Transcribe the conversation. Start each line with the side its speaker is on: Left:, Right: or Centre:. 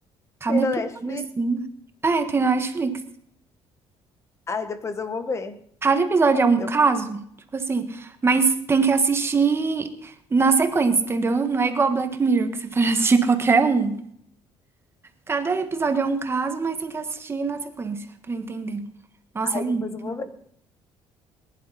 Right: Cada
Left: tem na
Right: episódio
Left: Netflix.
Right: assim. É, tem na Netflix.
Left: Ai, depois eu vou ver.
Right: Cada episódio é um
Left: Eu,
Right: caso, tipo assim, mas tem que assistir na sequência, entendeu? Não é igual Black Mirror, que você pode <laughs> assistir qualquer um. Cada episódio é um caso, mas tem que assistir na sequência pra entender. Nossa,
Left: ai,
Right: é muito,
Left: depois eu vou ver.